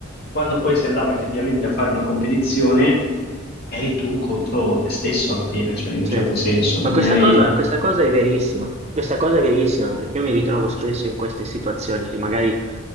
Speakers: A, on the left (about 45°); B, on the right (about 30°).
A: quando poi si andava effettivamente a fare una competizione, eri tu contro te stesso alla fine, cioè in un
B: Sì,
A: certo senso,
B: ma
A: non
B: questa
A: eri...
B: cosa, questa cosa è verissima, questa cosa è verissima perché io mi ritrovo spesso in queste situazioni che magari